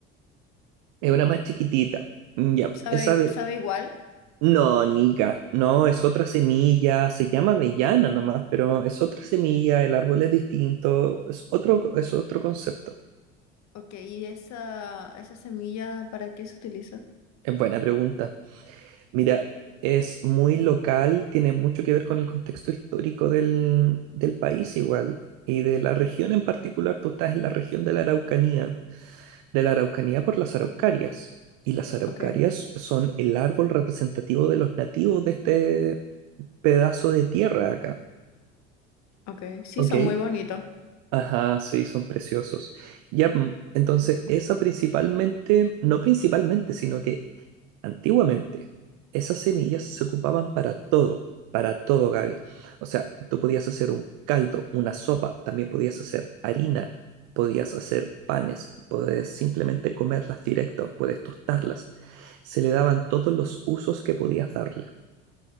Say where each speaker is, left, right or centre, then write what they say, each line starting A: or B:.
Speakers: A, on the right; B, on the left.
A: Es una más chiquitita. Mm, Ya,
B: Sabe,
A: esa
B: i-
A: ave...
B: sabe igual.
A: No, Nica, no, es otra semilla, se llama avellana nomás, pero es otra semilla, el árbol es distinto, es otro, es otro concepto.
B: Ok, ¿y esa, esa semilla para qué se utiliza?
A: Es buena pregunta. Mira, es muy local, tiene mucho que ver con el contexto histórico del, del país igual y de la región en particular. Tú estás en la región de la Araucanía, de la Araucanía por las araucarias. Y las araucarias
B: Ok,
A: son el árbol representativo de los nativos de este pedazo de tierra acá.
B: ok. Sí,
A: ¿Ok?
B: son muy bonitos.
A: Ajá, sí, son preciosos. Ya, mm, entonces esa principalmente, no principalmente, sino que Antiguamente, esas semillas se ocupaban para todo, para todo, Gaby. O sea, tú podías hacer un caldo, una sopa, también podías hacer harina, podías hacer panes, podías simplemente comerlas directo, puedes tostarlas. Se le daban todos los usos que podías darle.